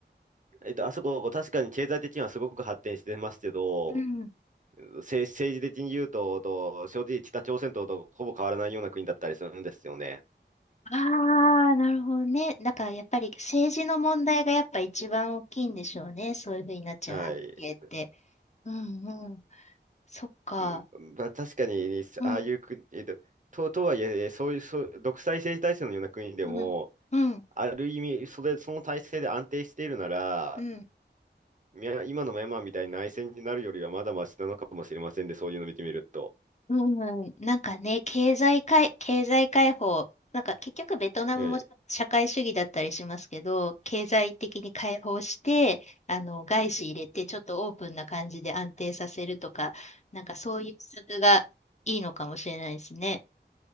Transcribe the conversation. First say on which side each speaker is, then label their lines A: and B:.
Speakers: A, on the right; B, on the left.
A: えっと、あそこ、こう確かに経済的にはすごく発展してますけど、
B: うん。
A: 政、政治的に言うと、と、正直北朝鮮と、とほぼ変わらないような国だったりするんですよね。
B: ああ、なるほどね。だからやっぱり政治の問題がやっぱ一番大きいんでしょうね。そういうふうになっちゃう背景って。
A: はい。
B: うんうん。そっか。
A: うんまあ、確かに、
B: うん
A: ああいう国、えっと、と、とはいえ、そういう、そう、独裁政治体制のような国でも、
B: うんうん
A: ある意味、それ、その体制で安定しているなら、
B: うん。
A: ミャン今のミャンマーみたいに内戦になるよりはまだマシなのかもしれませんで、そういうのを見てみると。
B: うん、なんかね、経済解、経済解放、なんか結局ベトナムも社会主義だったりしますけど、
A: うん
B: 経済的に解放して、あの、外資入れて、ちょっとオープンな感じで安定させるとか、なんかそういう施策がいいのかもしれないですね。